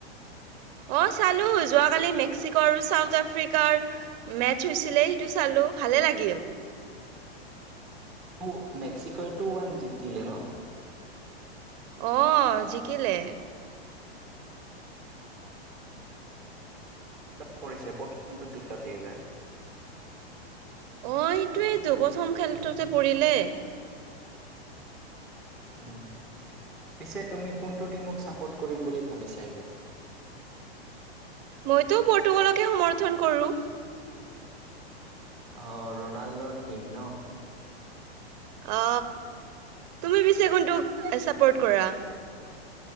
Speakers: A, on the right (about 40°); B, in the centre.
A: অ চালো যোৱাকালি মেক্সিকো আৰু চাউথ আফ্ৰিকাৰ মেচ হৈছিলে সেইটো চালো ভালে লাগিল
B: অ মেক্সিকো টু ওৱান জিকিলে ন
A: অহ জিকিলে
B: পৰিছে পৰ্যন্ত খেলতেব <unintelligible>
A: অ এইটোৱেটো প্ৰথম খেলতে পৰিলে
B: উম পিছে তুমি কোনটো টিমক চাপৰ্ট কৰিম বুলি ভাবিছা এইবাৰ
A: মইতো পৰ্তুগালকে সমৰ্থন কৰো
B: অ ৰনাল্ড টিম ন
A: অ তুমি পিছে কোনটোক চাপৰ্ট কৰা